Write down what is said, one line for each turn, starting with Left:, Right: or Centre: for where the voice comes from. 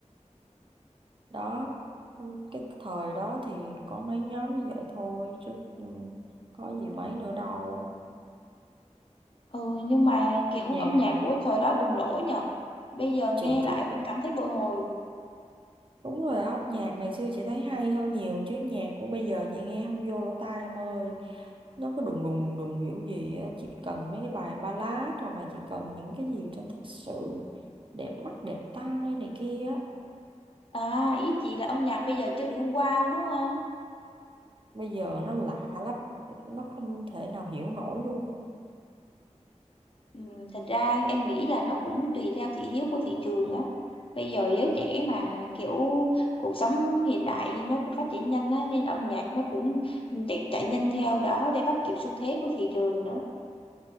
Right: đó cái thời đó thì có mấy nhóm như vậy thôi chứ ừ, có gì mấy nữa đâu
Left: Ừ, nhưng mà kiểu
Right: nhà
Left: âm nhạc của thời đó bùng nổ nhờ. Bây giờ nghe
Right: chị
Left: lại
Right: thích
Left: vẫn cảm thấy bồi hồi.
Right: Đúng rồi đó, nhạc ngày xưa chị thấy hay hơn nhiều chứ nhạc của bây giờ chị nghe không vô lỗ tai em ơi. Nó cứ đùng đùng đùng đùng kiểu gì á, chị cần mấy cái bài ballad hoặc là chị cần những cái gì cho thật sự đẹp mắt, đẹp tai này kia á.
Left: À, ý chị là âm nhạc bây giờ chưa đủ wow đúng không?
Right: Bây giờ nó lạ lắm, nó không thể nào hiểu nổi luôn.
Left: Ừ, thật ra em nghĩ là nó cũng tùy theo thị hiếu của thị trường á. Bây giờ giới trẻ mà kiểu cuộc sống hiện đại nó cũng phát triển nhanh á, nên âm nhạc nó cũng chạy, chạy nhanh theo đó để bắt kịp xu thế của thị trường nữa.